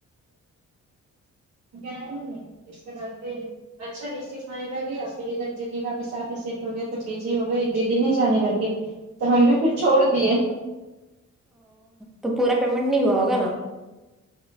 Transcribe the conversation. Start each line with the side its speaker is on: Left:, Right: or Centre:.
Right: گئے نہیں اس کے بعد پھر اچھا نہیں سکھ خانے لگی اور پھر ادھر دیدی کا بھی شادی سیٹ ہو گیا تو بزی ہو گئی دیدی نہیں جانے کر کے تو ہم بھی پھر چھوڑ دیے
Centre: تو پورا پیمنٹ نہیں ہوا ہوگا نا